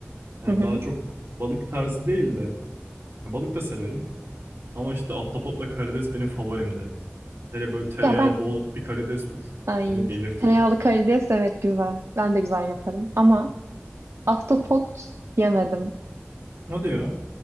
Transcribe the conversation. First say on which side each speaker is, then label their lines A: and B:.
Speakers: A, on the right; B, on the right.
A: Yani
B: hı hı.
A: daha çok balık tarzı değil de. yani balık da severim. Ama işte ahtapotla karides benim favorim direkt. Hele böyle tereyağı
B: Ya ben
A: bol bir karides uf
B: ay
A: beni delirtir.
B: tereyağlı karides evet güzel. Ben de güzel yaparım ama ahtapot yemedim.
A: Hadi ya.